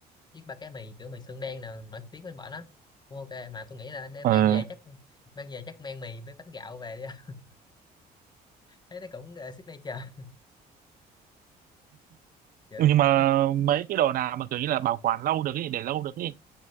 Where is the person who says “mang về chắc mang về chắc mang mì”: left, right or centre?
Left